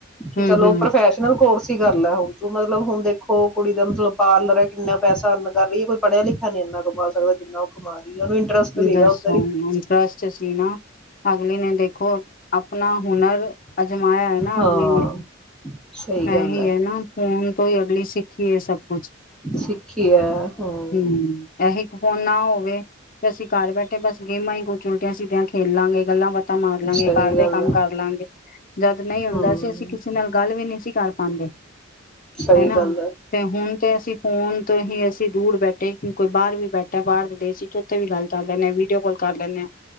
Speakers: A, in the centre; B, on the left (about 40°).
A: ਕਿ
B: ਹੂੰ-ਹੂੰ
A: ਚਲੋ ਪ੍ਰੋਫੈਸ਼ਨਲ ਕੋਰਸ ਕਰ ਲੈ ਹੁਣ ਤੂੰ ਮਤਲਬ ਹੁਣ ਦੇਖੋ ਕੁੜੀ ਦਾ ਮਤਲਬ ਪਾਰਲਰ ਹੈ, ਕਿੰਨਾ ਪੈਸਾ ਅਰਨ ਕਰ ਰਹੀ ਹੈ, ਕੋਈ ਪੜ੍ਹਿਆ ਲਿਖਿਆ ਨੀ ਇੰਨਾ ਕਮਾ ਸਕਦਾ ਜਿੰਨਾ ਉਹ ਕਮਾ ਰਹੀ। ਹੈ ਉਹਨੂੰ ਇੰਟਰਸਟ ਸੀਗਾ
B: ਦਸ
A: ਉੱਧਰ ਹੀ
B: ਇੰਟਰਸਟ ਸੀ ਨਾ, ਅਗਲੀ ਨੇ ਦੇਖੋ ਆਪਣਾ ਹੁਨਰ ਅਜਮਾਇਆ ਹੈ ਨਾ
A: ਹਾਂ
B: ਅਗਲੀ ਨੇ,
A: ਸਹੀ
B: ਮੈ
A: ਗੱਲ
B: ਹੀ ਹੈ ਨਾ ਫੋਨ ਤੋਂ ਹੀ ਅਗਲੀ ਸਿੱਖੀ ਹੈ, ਸਭ ਕੁਛ
A: ਸਿੱਖੀ ਹੈ ਹਮ
B: ਹੂੰ ਇਹੀ ਫੋਨ ਨਾ ਹੋਵੇ। ਤੇ ਅਸੀ ਘਰ ਬੈਠੇ ਬਸ ਗੇਮਾਂ ਹੀ ਕੁਛ ਉਲਟੀਆ ਜਿਹਦੇ ਨਾਲ ਖੇਲਾਂਗੇ। ਗੱਲਾਂ ਬਾਤਾਂ ਮਾਰ ਲਾਂਗੇ,
A: ਸਹੀ
B: ਘਰ ਦੇ
A: ਗੱਲ
B: ਕੰਮ
A: ਹੈ
B: ਕਰ ਲਾਗੇ, ਜਦ ਨਹੀਂ ਹੁੰਦਾ
A: ਹਮ
B: ਸੀ, ਅਸੀਂ ਕਿਸੇ ਨਾਲ ਗੱਲ ਵੀ ਨਹੀਂ ਸੀ ਕਰ ਪਾਾਗੇ,
A: ਸਹੀ
B: ਹਨਾ
A: ਗੱਲ ਹੈ
B: ਤੇ ਹੁਣ ਤੇ ਅਸੀਂ ਫੋਨ ਤੋਂ ਹੀ ਅਸੀਂ ਦੂਰ ਬੈਠੇ ਕਿ ਕੋਈ ਬਾਹਰ ਵੀ ਬੈਠੇ ਬਾਹਰ ਦੇ ਦੇਸ਼ ਵਿੱਚ ਗੱਲ ਕਰ ਲੈਂਦੇ ਹਾਂ, ਵੀਡੀਓ ਕਾਲ ਕਰ ਲੈਂਦੇ ਹਾਂ।